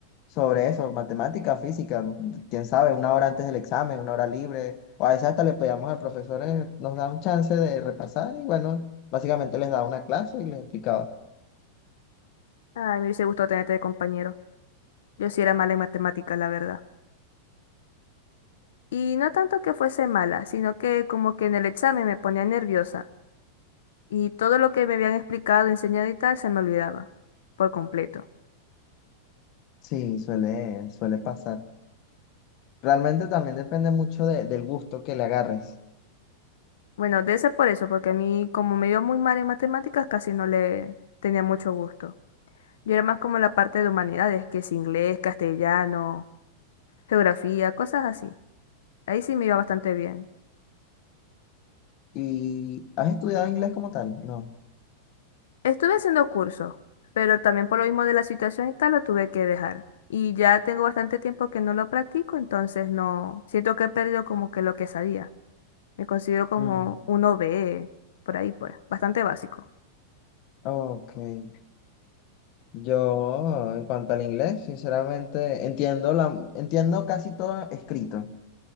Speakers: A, on the left (about 35°); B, on the left (about 90°).
A: sobre eso, matemática, física, quién sabe, una hora antes del examen, una hora libre, o a veces hasta le pedíamos al profesor, eh, nos da un chance de repasar y bueno, básicamente les daba una clase y les explicaba.
B: Ay, me hubiese gustado tenerte de compañero. Yo sí era mala en matemáticas, la verdad. Y no tanto que fuese mala, sino que como que en el examen me ponía nerviosa y todo lo que me habían explicado, enseñado y tal se me olvidaba por completo.
A: Sí, suele, suele pasar. Realmente también depende mucho de- del gusto que le agarres.
B: Bueno, de ese por eso, porque a mí como me iba muy mal en matemáticas casi no le tenía mucho gusto. Yo era más como la parte de humanidades, que es inglés, castellano, geografía, cosas así. Ahí sí me iba bastante bien.
A: ¿Y has estudiado inglés como tal? No.
B: Estuve haciendo cursos, pero también por lo mismo de la situación y tal lo tuve que dejar. Y ya tengo bastante tiempo que no lo practico, entonces no siento que he perdido como que lo que sabía. Me considero como
A: Mm,
B: un OBE, por ahí pues, bastante básico.
A: Ok. Yo, en cuanto al inglés, sinceramente entiendo la, entiendo casi todo escrito.